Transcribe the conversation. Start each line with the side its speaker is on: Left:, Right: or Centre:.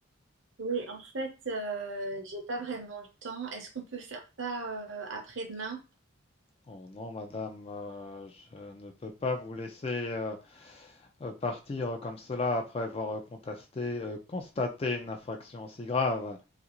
Right: Oui, en fait, euh, j'ai pas vraiment le temps. Est-ce qu'on peut faire ça euh, après-demain?
Left: Oh non, madame, euh, je ne peux pas vous laisser euh, euh, partir comme cela après avoir contesté, euh, constaté une infraction aussi grave.